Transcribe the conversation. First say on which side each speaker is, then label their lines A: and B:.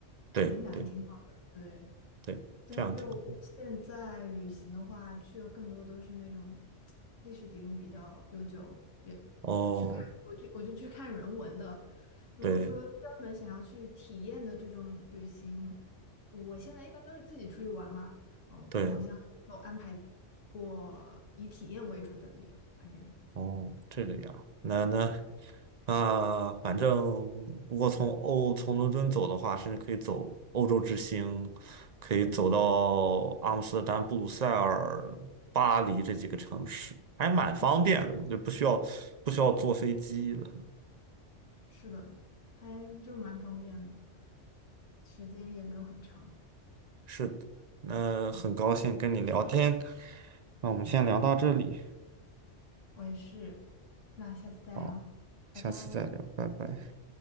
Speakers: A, on the right; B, on the left.
A: 对对
B: 体验感还挺好的。对。
A: 对，
B: 但就现在旅行的话，
A: 这样挺好。
B: 去的更多都是那种历史底蕴比较悠久，别
A: 哦，
B: 去看，我就我就去看人文的。如果说专门想要去体验的这种旅行，
A: 对
B: 我现在一般都是自己出去玩嘛，嗯，
A: 对。
B: 我好像没有安排过以体验为主的旅游，还没有。
A: 哦，
B: 嗯，
A: 这个呀，那那啊，反正如果从欧从伦敦走的话，甚至可以走欧洲之星，可以走到阿姆斯特丹、
B: 对，
A: 布鲁塞尔、巴黎这几个城市，还蛮方便的，
B: 嗯，
A: 就不需要不需要坐飞机了。
B: 是的，还就蛮方便的，时间也没有很长。
A: 是的，那很高兴跟你聊天，那我们先聊到这里，
B: 我也是，那下次再聊，
A: 好，
B: 拜拜。
A: 下次再聊，拜拜。